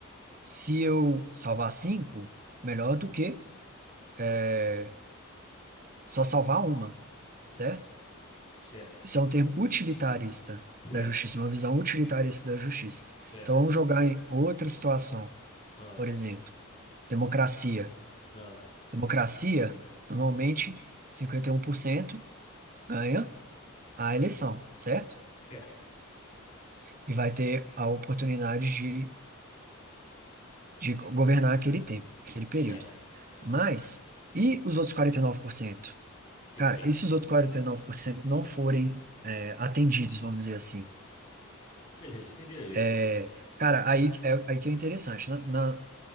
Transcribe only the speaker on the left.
Uhum,
Certo,
certo,
certo.
Ah,
ah,
certo,
certo, certo.
O
que
que tem?
Mas eles perderam a eleição.